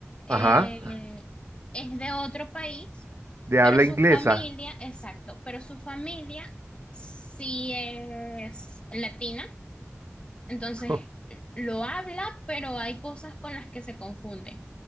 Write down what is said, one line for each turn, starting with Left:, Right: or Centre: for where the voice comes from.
Left: eh,
Right: Ajá,
Left: es de otro país,
Right: de
Left: pero
Right: habla
Left: su
Right: inglesa.
Left: familia, exacto, pero su familia sí es latina. Entonces,
Right: <laughs>
Left: lo habla, pero hay cosas con las que se confunden.